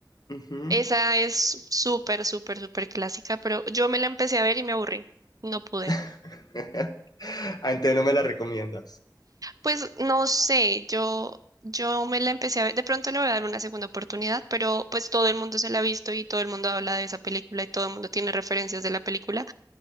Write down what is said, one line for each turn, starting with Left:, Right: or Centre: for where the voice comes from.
Left: Ujú.
Right: Esa es súper, súper, súper clásica, pero yo me la empecé a ver y me aburrí. No pude.
Left: <laughs> Ah, entonces no me la recomiendas.
Right: Pues no sé, yo, yo me la empecé a ver. De pronto le voy a dar una segunda oportunidad, pero pues todo el mundo se la ha visto y todo el mundo habla de esa película y todo el mundo tiene referencias de la película,